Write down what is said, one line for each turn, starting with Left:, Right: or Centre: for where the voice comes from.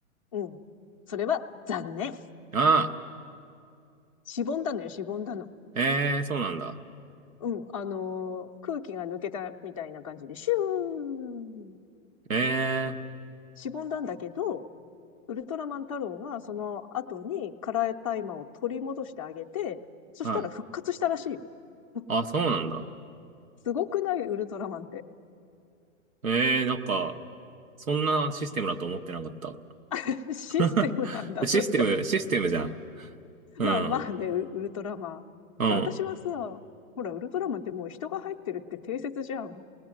Left: うん。それは残念。
Right: あ
Left: しぼんだのよ、しぼんだの。
Right: あ、ええー、そうなんだ。
Left: うん。あのー空気が抜けたみたいな感じで、シューン
Right: ええ
Left: しぼんだんだけど、ウルトラマン太郎がその後にカラータイマーを取り戻してあげて、そしたら復活したらしい。
Right: ー、はい。
Left: <laughs>
Right: あ、そうなんだ。
Left: すごくないウルトラマンって。
Right: ええー、なんか、そんなシステムだと思ってなかった。
Left: <laughs> システムなんだ、
Right: <laughs> でシステム、
Left: それ。
Right: システムじゃん。
Left: <laughs>
Right: うん。
Left: まあまあね、ウウルトラマン。いや、
Right: うん。
Left: 私はさ、ほら、ウルトラマンってもう人が入ってるって定説じゃん。